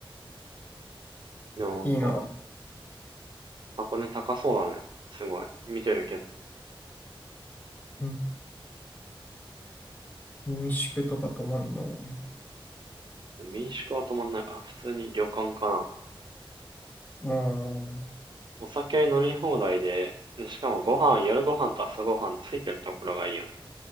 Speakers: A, on the right; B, on the left.
A: でもなんか、
B: いいな。
A: 箱根高そうだね。すごい。見てるけど。
B: ん民宿とか泊まんの。
A: 民宿は泊まんないかな。普通に旅館かな。
B: ああ、
A: お酒飲み放題で、でしかもご飯、夜ご飯と朝ご飯ついてるところがいいよね。